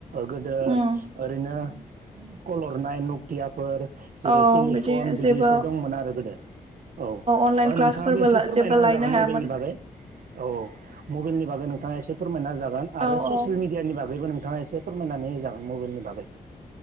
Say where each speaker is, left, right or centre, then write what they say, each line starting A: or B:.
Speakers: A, on the right; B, on the right.
A: गोदो
B: उम
A: ओरैनो कल लरनाय नकियाफोर जेरै
B: औ
A: टेलिफन
B: बिदि जेबो
A: बिदिसो दंमोन आरो गोदो औ
B: अनलाइन
A: ओ
B: क्लासफोरबो
A: नोंथाङाबो एसे फोरमायना
B: जेबो
A: होजागोन
B: लायनो हायामोन
A: मबाइलनि बागै औ औ मबाइलनि बागै नोंथाङा एसे फोरमायना होजागोन आरो
B: औ
A: ससेल
B: औ
A: मिडियानि बागैल बेबो नोंथाङा एसे फोरमायनानै होजागोन मबेलनि बागै